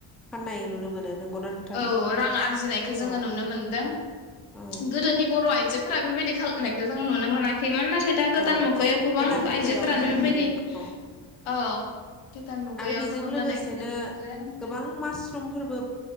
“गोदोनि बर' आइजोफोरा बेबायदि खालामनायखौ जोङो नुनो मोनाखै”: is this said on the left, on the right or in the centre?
Left